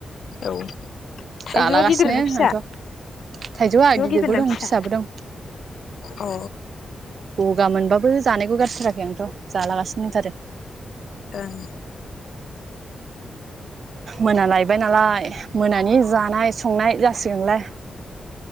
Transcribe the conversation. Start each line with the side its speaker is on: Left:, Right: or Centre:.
Left: औ थाइजौआ
Right: जालागासिनो
Left: गिदिर ना फिसा
Right: आंथ थाइजौआ गिदिरबो
Left: गिदिर ना
Right: दं
Left: फिसा
Right: फिसाबो दं।
Left: अ।
Right: गगा मोनबाबो जानायखौ गारथाराखै आंथ' जालागासिनो दंथारो।
Left: ओं।
Right: मोना लायबाय नालाय मोनानि जानाय संनाय जासिगोनलाय।